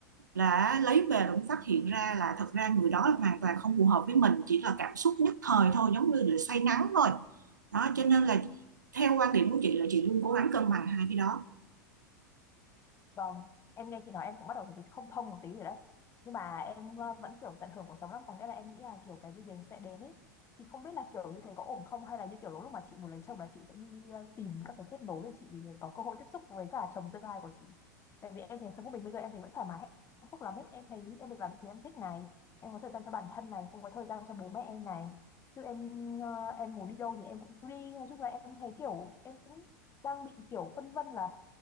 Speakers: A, on the right; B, on the left.
A: là lấy về rồi cũng phát hiện ra là thật ra người đó là hoàn toàn không phù hợp với mình chỉ là cảm xúc nhất thời thôi giống như là say nắng thôi đó cho nên là theo quan điểm của chị là chị luôn cố gắng cân bằng hai cái đó
B: Vâng, em nghe chị nói em cũng bắt đầu thấy không thông một tí rồi đấy. Nhưng mà em ờ, vẫn kiểu tận hưởng cuộc sống lắm, có nghĩa là em nghĩ là kiểu cái gì đến sẽ đến ấy. Thì không biết là kiểu như thế có ổn không hay là như kiểu lúc mà chị muốn lấy chồng là chị sẽ đi ờ, tìm các cái kết nối để chị có cơ hội tiếp xúc với cả chồng tương lai của chị. Tại vì em thấy sống của mình bây giờ em thấy vẫn thoải mái hạnh phúc lắm ấy. Em thấy em được làm những thứ em thích này, em có thời gian cho bản thân này, cũng có thời gian cho bố mẹ em này. Chứ em ờ, em muốn đi đâu thì em cũng đi, nói chung là em thấy kiểu em cũng đang bị kiểu phân vân là